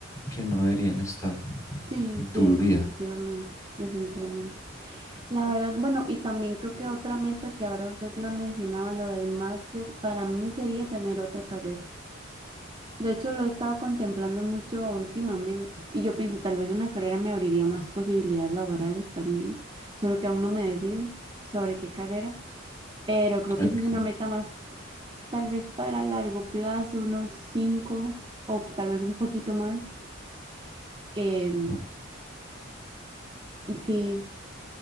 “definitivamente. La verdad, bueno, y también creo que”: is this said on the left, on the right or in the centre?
Right